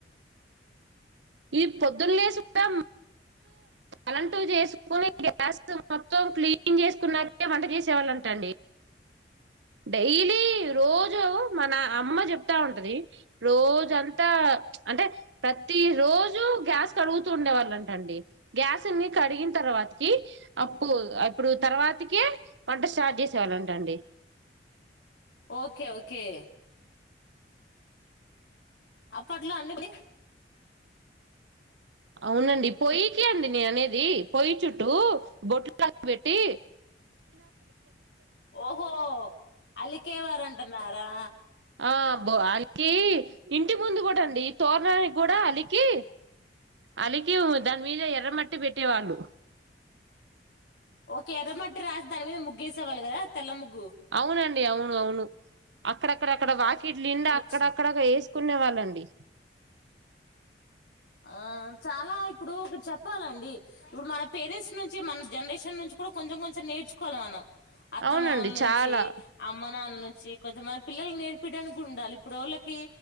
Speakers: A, on the right; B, on the left.
A: ఈది పొద్దున్న లేసు మ తలంటూ చేసుకుని గ్యాస్ మొత్తం క్లీన్ చేసుకున్నాకే వంట చేసేవాళ్ళంటండి డైలీ రోజు మన అమ్మ చెప్తా ఉంటది రోజుంత ఇంత అంటే ప్రతి రోజు గ్యాస్ కడుగుతూ ఉండే వాళ్ళంటండి గ్యాస్ని కడిగిన తర్వాతకి అప్పుడు ఇప్పుడు తర్వాతిక వంట స్టార్ట్ చేసే వాళ్ళంటండి
B: ఓకే ఓకే అప్పట్లో అన్నిటి
A: అవునండి పొయ్యకి అండి నే అనేది పొయ్యి చుట్టూ బొట్లు లాగా పెట్టి
B: ఓహో అలికేవారు అంటున్నారా
A: ఆ బ అలికి ఇంటి ముందు కూడాండి ఈ తోరణానికి కూడా అలికి అలికి దాని మీద ఎర్రమట్టి పెట్టేవాళ్ళు
B: ఓకే ఎర్రమటి రాసి దానీ మీద ముగ్గు వేసే వాళ్ళు కదా తెల్ల ముగ్గు
A: అవునండి అవును అవును అక్కడక్కడ అక్కడ వాకి ఇట్లుండి
B: వచ్చింది
A: అక్కడక్కడ వేసుకునే వాళ్ళండి
B: ఆ చాలా ఇప్పుడు ఒకటి చెప్పాలండి ఇప్పుడు మన పేరెంట్స్ నుంచి మన జనరేషన్ నుంచి కూడా కొంచెం కొంచెం నేర్చుకోవాలి మనం అత్తమామలు
A: అవునండి
B: నుంచి
A: చాలా
B: అమ్మ నాన్న నుంచి కొంచంమంది పిల్లల్ నేర్పియడానికి కూడా ఉండాలి. ఇప్పుడు వోళ్ళకి